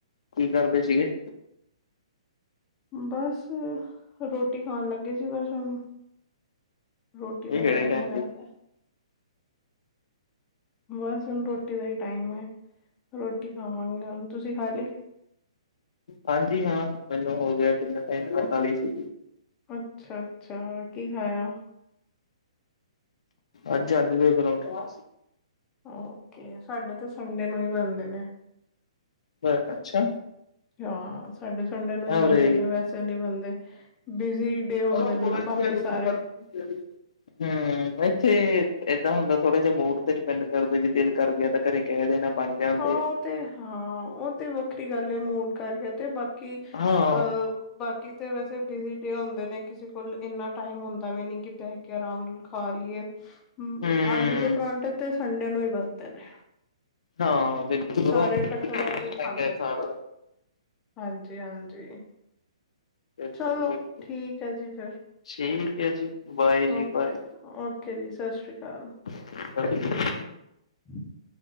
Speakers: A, on the left; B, on the left.
A: ਕੀ ਕਰਦੇ ਸੀਗੇ?
B: ਬਸ, ਰੋਟੀ ਖਾਨ ਲੱਗੇ ਸੀ ਬਸ ਹੁਨ ਰੋਟੀ
A: ਇਹ
B: ਦਾ
A: ਕਿਹੜੇ
B: ਟਾਈਮ ਹੋਏਆ
A: ਦੇ
B: ਦੈ। ਬਸ, ਹੁਨ ਰੋਟੀ ਦਾ ਈ ਟਾਈਮ ਏ, ਰੋਟੀ ਖਾਵਾਂਗੇ ਹੁਨ ਤੁਸੀਂ ਖਾਲੀ?
A: ਹਾਂਜੀ ਹਾਂ ਮੈਨੂੰ ਹੋ ਗਯਾ ਕਿੰਨਾ ਟਾਈਮ ਮੈਂ ਖਾਲੀ ਸੀਗੀ।
B: ਅੱਛਾ-ਅੱਛਾ ਕੀ ਖਾਇਆ?
A: ਅੱਜ ਆਲੂ ਦੇ ਪਰੌਂਠੇ।
B: ਓਕੇ, ਸਾਡੇ ਤੇ ਸੰਡੇ ਨੂੰ ਈ ਬਨਦੇ ਨੇ।
A: ਬ ਅੱਛਾ।
B: ਹਾਂ, ਸਾਡੇ ਸੰਡੇ ਨੂੰ
A: ਮੈਂ
B: ਈ
A: ਉਰੇ
B: ਬਨਦੇ ਨੇ ਵੈਸੇ ਨੀ ਬਨਦੇ ਬਿਜੀ ਡੇ ਹੁੰਦੇ
A: ਹੂੰ,
B: ਨੇ ਨਾ ਬਾਕੀ ਸਾਰੇ।
A: <unintelligible> ਹੂੰ, ਐਥੇ ਏਦਾਂ ਹੁੰਦਾ ਥੋੜਾ ਜਾ ਮੂਡ ਤੇ ਡਿਪੈਂਡ ਕਰਦਾ ਜੇ ਦਿਲ ਕਰ ਗਯਾ ਤਾਂ ਘਰੇ ਕੈ ਦੇਨਾ ਬਣ ਜਾਂਦੇ
B: ਹਾਂ ਉਹ
A: ਐ।
B: ਤੇ ਹਾਂ ਉਹ ਤੇ ਵੱਖਰੀ ਗੱਲ ਐ, ਮੂਡ ਕਰ ਗਿਆ ਤੇ ਬਾਕੀ
A: ਹਾਂ,
B: ਅਹ ਬਾਕੀ ਤੇ ਵੈਸੇ ਬਿਜੀ ਡੇ ਹੁੰਦੇ ਨੇ, ਕਿਸੇ ਕੋਲ ਇੰਨਾ ਟਾਈਮ ਹੁੰਦਾ ਵੀ ਨੀ ਕਿ ਬੈਹ ਕੇ ਆਰਾਮ ਨਾਲ ਖਾ ਲਈਏ। ਹੂ
A: ਹੂੰ।
B: ਆਲੂ ਦੇ ਪਰਾਂਠੇ ਤੇ ਸੰਡੇ ਨੂੰ ਈ ਬਣਦੇ ਨੇ।
A: ਹਾਂ ਬਿਲਕੁਲ
B: ਸਾਰੇ
A: ਉਹ ਵਧੀਆ
B: ਇਕੱਠੇ ਬੈਹ ਕੇ ਈ ਖਾਂਦੇ
A: ਲੱਗਿਆ
B: ਨ
A: ਖਾਣਾ
B: ਹਾਂਜੀ ਹਾਂਜੀ।
A: ਬਿਲਕੁਲ
B: ਚਲੋ
A: ਬਿਲਕੁਲ
B: ਠੀਕ ਐ ਜੀ ਫਿਰ
A: ਠੀਕ ਹੈ ਜੀ ਬਾਏ ਜੀ
B: ਓਕੇ।
A: ਬਾਏ
B: ਓਕੇ ਜੀ ਸਤਿ ਸ਼੍ਰੀ ਅਕਾਲ।
A: <unintelligible>
B: <inaudible>